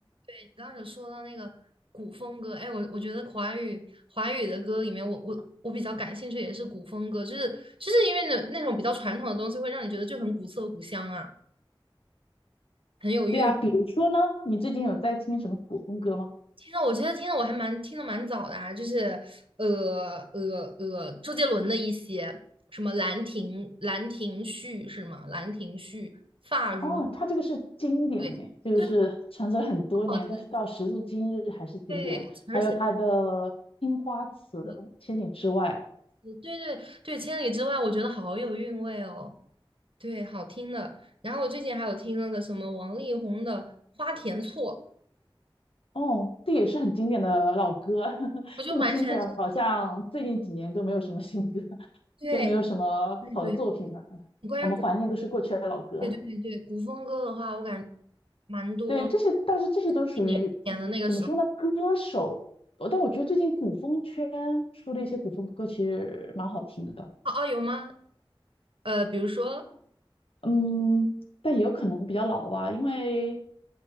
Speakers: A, on the right; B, on the left.
A: 对你刚刚有说到那个古风歌，哎，我我觉得华语华语的歌里面我，我我比较感兴趣也是古风歌，就是就是因为那那种比较传统的东西会让你觉得就很古色古香啊，很有韵味
B: 对啊，比如说呢，你最近有在听什么古风歌吗？
A: 听到我觉得听的我还蛮听的蛮早的啊，就是呃呃呃周杰伦的一些什么《兰亭》《兰亭序》是吗？《兰亭序》《发如》。
B: 哦，它这个是经典呢，
A: 对，
B: 这个是传承了很多年，
A: 对，好听，
B: 但是到时至今日还是经典。
A: 对，而且
B: 还有它的《青花瓷》《千里之外》，
A: 嗯对对对，千里之外，我觉得好有韵味哦，对，好听的。然后我最近还有听那个什么王力宏的《花田错》，
B: 哦，这也是很经典的老歌。<laughs>
A: 我就蛮喜欢这个
B: 这么听起来，好像最近几年都没有什么新歌，<laughs>
A: 对
B: 都没有什么好的作品了。
A: 对对，关于古
B: 我们怀念都是过去的老歌。
A: 对对对对古风歌的话，我感觉蛮多
B: 对，这些，但是这些都属于
A: 一年前的那个时候，
B: 怎么说呢？歌手，呃但我觉得最近古风圈出的一些古风歌其实蛮好听的，
A: 哦、哦，有吗？呃，比如说
B: 嗯，但也有可能比较老吧，因为，